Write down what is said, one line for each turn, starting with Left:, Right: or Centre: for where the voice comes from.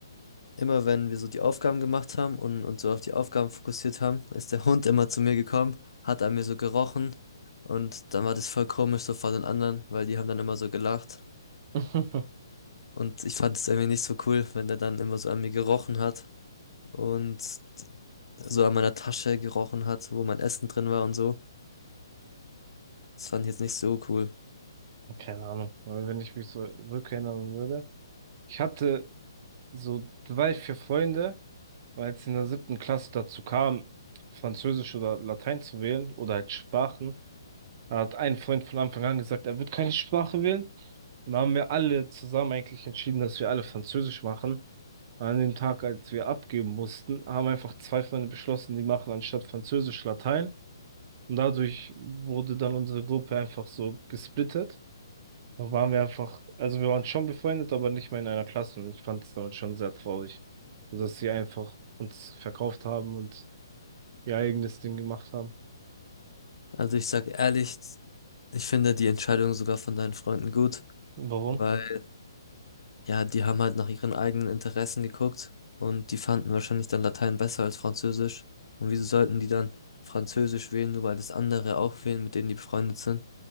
Left: immer wenn wir so die Aufgaben gemacht haben und uns so auf die Aufgaben fokussiert haben, ist der Hund immer zu mir gekommen, hat an mir so gerochen und dann war das voll komisch so vor den anderen, weil die haben dann immer so gelacht.
Right: <laughs>
Left: Und ich fand es irgendwie nicht so cool, wenn der dann immer so an mir gerochen hat und so an meiner Tasche gerochen hat, wo mein Essen drin war und so. Das fand ich jetzt nicht so cool.
Right: Keine Ahnung, wenn ich mich so rückerinnern würde. Ich hatte So, da war ich für Freunde, weil es in der siebten Klasse dazu kam, Französisch oder Latein zu wählen oder halt Sprachen. Da hat ein Freund von Anfang an gesagt, er wird keine Sprache wählen. Dann haben wir alle zusammen eigentlich entschieden, dass wir alle Französisch machen. Und an dem Tag, als wir abgeben mussten, haben einfach zwei Freunde beschlossen, die machen anstatt Französisch Latein. Und dadurch wurde dann unsere Gruppe einfach so gesplittet. Da waren wir einfach, also wir waren schon befreundet, aber nicht mehr in einer Klasse. Und ich fand es damals schon sehr traurig, dass sie einfach uns verkauft haben und ihr eigenes Ding gemacht haben.
Left: Also ich sag ehrlich, Ich finde die Entscheidung sogar von deinen Freunden gut,
Right: Warum?
Left: weil ja, die haben halt nach ihren eigenen Interessen geguckt und die fanden wahrscheinlich dann Latein besser als Französisch. Und wieso sollten die dann Französisch wählen, nur weil das andere auch wählen, mit denen die befreundet sind